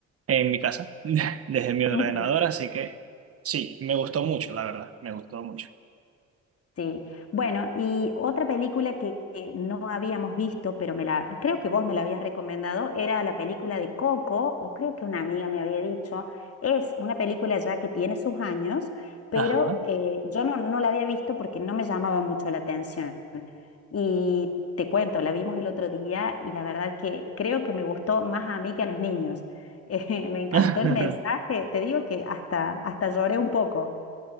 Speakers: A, on the right (about 50°); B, on the left (about 50°).
A: en mi casa, <laughs> desde mi ordenador,
B: Ajá.
A: así que sí, me gustó mucho, la verdad, me gustó mucho.
B: Sí. Bueno, y otra película que que no habíamos visto, pero me la, creo que vos me la habías recomendado, era la película de Coco, o creo que una amiga me había dicho. Es una película ya que tiene sus años, pero
A: Ajá.
B: eh, yo no, no la había visto porque no me llamaba mucho la atención. Y te cuento, la vimos el otro día y la verdad que creo que me gustó más a mí que a los niños. <laughs> Eh, me encantó
A: <laughs>
B: el mensaje, te digo que hasta, hasta lloré un poco.